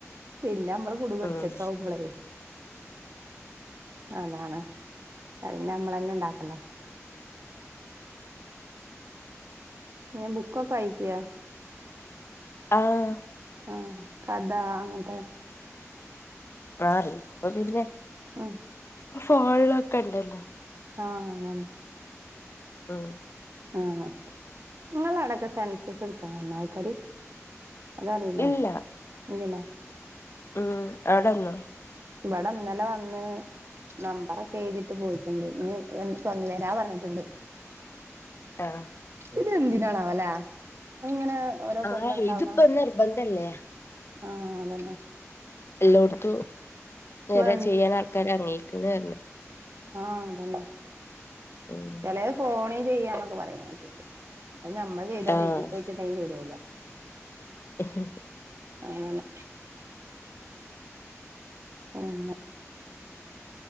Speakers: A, on the right (about 55°); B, on the left (about 50°).
A: പിന്നെ നമ്മള് കുടുങ്ങും ഒറ്റയ്ക്ക്
B: ഉം
A: ആ കുമ്പളേ അതാണ് അത്പിന്നെ അമ്മളലനെ ഇണ്ടാക്കണ്ടെ. മ് ബുക്കൊക്കെവായ്ക്കൊ.
B: ആഹ്.
A: ആഹ് കഥാ അങ്ങൻത്തെ.
B: ആഹ് ഇപ്പൊ പിന്നെ.
A: മ്
B: ഫോൺലൊക്കെണ്ടല്ലോ.
A: ആഹ് അങ്ങനെ
B: ആഹ്.
A: ആഹ് ഇങ്ങളാടൊക്കെ സെൻസസ് എടുക്കാൻവന്ന ആൾക്കാര്. അതറീലേ
B: ഇല്ല
A: ഇല്യലേ.
B: ഉം ആടന്നോ.
A: ഇവിടെ ഇന്നലെ വന്ന്. നമ്പറൊക്കെ എഴുതിട്ട് പോയിട്ടുണ്ട്. ഇനി എൻ വെരാ പറഞ്ഞിട്ടുണ്ട്.
B: ആഹ്.
A: ഇതെന്തിനാണാവോ ലെ. ഇങ്ങനെ ഓരോ
B: ആഹ്
A: കൊല്ലണ്ടാവണെ
B: ഇതിപ്പോ നിർബന്ധല്ലേ
A: ആഹ് അതന്നെ.
B: എല്ലോടത്തും ഇങ്ങനെ
A: വേ
B: ചെയ്യാൻ ആൾക്കാര് എർങ്ങീക്ക്ണ്ർഞ്.
A: ആഹ് അതന്നെ
B: ഉം
A: ചെലലേ ഫോണില് ചെയ്യാന്നൊക്കെ പറയ്ന്ന്ണ്ട്‌. അയിന് അമ്മളെചെയ്താ
B: ആഹ്
A: തെറ്റിപ്പോയിട്ടുണ്ടേ ശരിയാവൂല.
B: ഹ്ഹേ.
A: ആന്നെ ഇഞ്ഞ